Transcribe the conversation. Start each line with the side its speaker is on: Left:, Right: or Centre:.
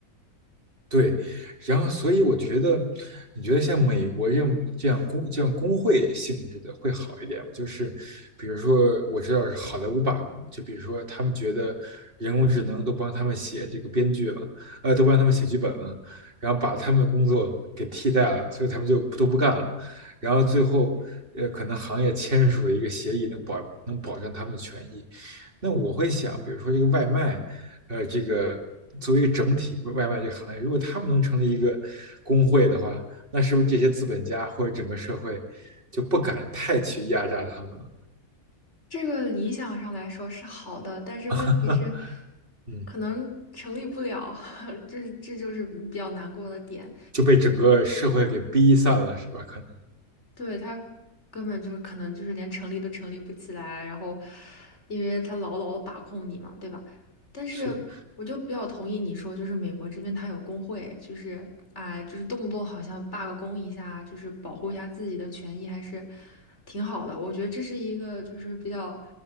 Right: 对，然后所以我觉得，你觉得像美国这种这样工这样工会性质的会好一点吗？就是比如说，我知道是好莱坞罢工，就比如说他们觉得人工智能都帮他们写这个编剧了，呃，都帮他们写剧本了，然后把他们的工作给替代了，所以他们就都不干了，然后最后呃，可能行业签署了一个协议，能保能保证他们的权益。那我会想，比如说这个外卖，呃，这个作为一个整体外卖这个行业，如果他们能成立一个工会的话，那是不是这些资本家或者整个社会就不敢太去压榨他们了？
Left: 这个理想上来说是好的，但是问题是，
Right: <laughs> 嗯，
Left: 可能成立不了，<laughs> 这这就是比较难过的点。
Right: 就被整个社会给逼散了，是吧？可能
Left: 对，他根本就是可能就是连成立都成立不起来，然后因为他牢牢的把控你嘛，对吧？但是我就比较同意你说，
Right: 是
Left: 就是美国这边他有工会，就是啊、就是动不动好像罢个工一下，就是保护一下自己的权益，还是挺好的。我觉得这是一个就是比较